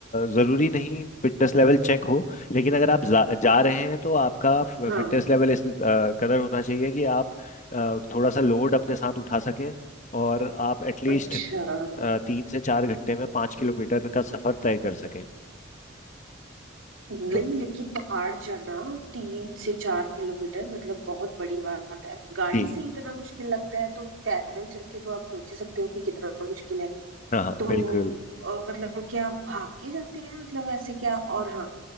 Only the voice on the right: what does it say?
हम्म।
हाँ
अच्छा
नहीं
लेकिन पहाड़ चढ़ना और तीन से चार किलोमीटर मतलब बहुत बड़ी बात है गाड़ी
से ही इतना मुश्किल लगता है तो पैदल चल के तो आप सोच ही सकते हो कि कितना मुश्किल है
तो
अ, मतलब क्या भाग के जाते हैं मतलब ऐसे क्या और हाँ